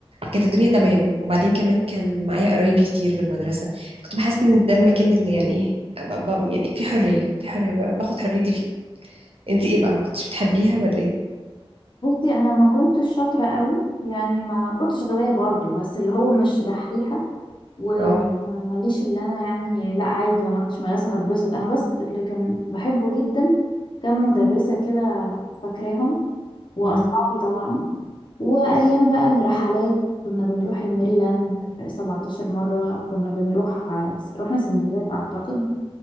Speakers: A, on the right (about 70°); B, on the left (about 50°).
A: كانت الدنيا تمام وبعدين كمان كان معايا قرايبي كتير في المدرسة كنت بحس إن ده المكان اللي يعني إيه ب- ب- يعني في حرية في حرية ب- باخد حريتي فيه أنت إيه بقى ما كنتش بتحبيها ولا إيه؟
B: بصي أنا ما كنتش شاطرة قوي يعني ما كنتش غبية برضو بس اللي هو مش دحيحة وماليش
A: اه
B: اللي أنا يعني لا عادي لما رحتش مدرسة هتبسط أنا بس اللي كان بحبه جدا كان مدرسة كده فاكراهم وأصحابي
A: مم.
B: طبعا وأيام بقى الرحلات كنا بنروح الميريلاند 17 مرة كنا بنروح رحنا سندباد أعتقد